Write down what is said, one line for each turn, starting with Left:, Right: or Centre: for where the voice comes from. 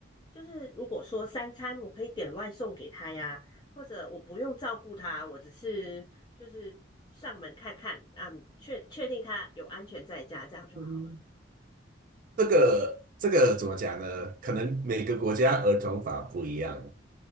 Left: 就是如果说三餐我可以点外送给他呀，或者我不用照顾他，我只是就是上门看看啊，确确定他有安全在家，这样就好了。
Right: 嗯，这个这个怎么讲呢？可能每个国家儿童法不一样，